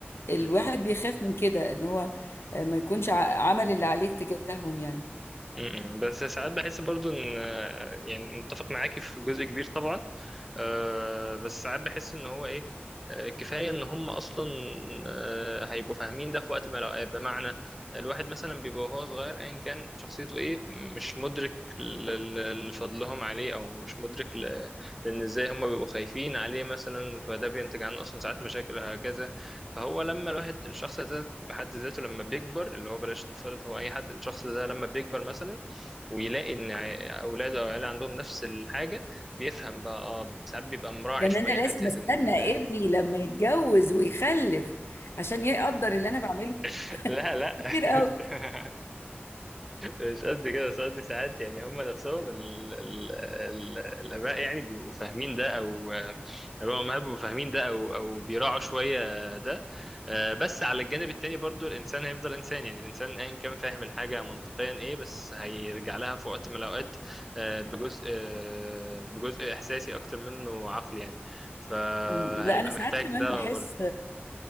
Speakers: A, on the left; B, in the centre.
A: الواحد
B: مم.
A: بيخاف من كده ان هو آه، ما يكونش ع- عمل اللي عليه تجاههم يعني
B: مم. بس ساعات بحس برضو ان يعني متفق معاكي في جزء كبير طبعا آه، بس ساعات بحس ان هو ايه آه، كفايه ان هم اصلا آه، هيبقوا فاهمين ده في وقت ما الأوقات. بمعنى الواحد مثلا بيبقى وهو صغير ايا كان شخصيته ايه مش مدرك ل- ل- لفضلهم عليه او مش مدرك ل- لان ازاي هم بيبقوا خايفين عليه مثلا فده بينتج عنه اصلا ساعات مشاكل هكذا فهو لما الواحد الشخص ده بحد ذاته لما بيكبر اللي هو بلاش نفترض هو اي حد الشخص ده لما بيكبر مثلا ويلاقي ان ع- اولاده او عياله عندهم نفس الحاجه بيفهم بقى اه ساعات بيبقى مراعي
A: لان
B: شويه
A: انا
B: حته
A: لازم استنى
B: ان
A: ابني لما يتجوز ويخلف عشان يقدر اللي انا بعمله
B: <laughs> لا لا
A: كتير قوي
B: <laughs> مش قد كده بس قصدي ساعات يعني هم نفسهم ال ال ال الآباء يعني بيبقوا فاهمين ده أو آه، الآباء والأمهات بيبقوا فاهمين ده أو أو بيراعوا شوية ده آه، بس على الجانب التاني برضو الإنسان هيفضل إنسان يعني الإنسان أيا كان فاهم الحاجة منطقيا إيه بس هيرجع لها في وقت من الأوقات آه، بجزء آه، بجزء إحساسي أكتر منه عقلي يعني فهيبقى
A: مم، لا انا ساعات
B: محتاج
A: كمان
B: ده
A: بحس
B: برضو